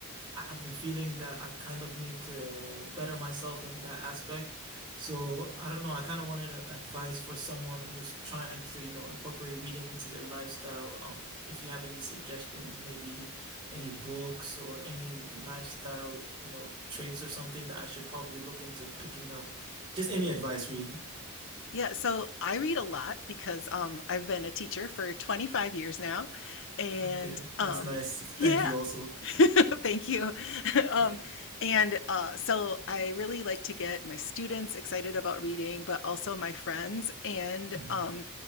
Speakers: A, on the right (about 20°); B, on the left (about 60°).
A: I've been feeling that I kind of need to better myself in that aspect. So I don't know. I kind of wanted a- advice for someone who's trying to, you know, incorporate reading into their lifestyle. Um, if you have any suggestions, maybe any books or any lifestyle, you know, traits or something that I should probably look into picking up. Just any advice, really.
B: Yeah, so I read a lot because um, I've been a teacher for 25 years now. And
A: Okay,
B: um,
A: that's nice.
B: yeah,
A: Thank you also.
B: <laughs> Thank you. <laughs> Um,
A: Yeah.
B: and uh, so I really like to get my students excited about reading, but also my friends. And
A: hmm
B: um,